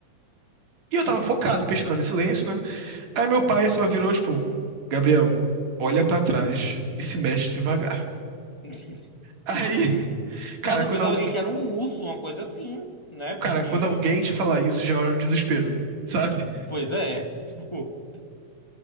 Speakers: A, on the right (about 60°); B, on the left (about 20°).
A: E eu tava focado, pescando em silêncio, né? Aí meu pai só virou, tipo, Gabriel, olha pra trás e se mexe devagar.
B: <laughs>
A: Aí, <laughs> cara,
B: Nossa, eu
A: quando,
B: pensava
A: algu-
B: que era um urso, uma coisa assim, né? Porque.
A: cara, quando alguém te falar isso, já é hora do desespero, sabe?
B: Pois é. <laughs> Tipo,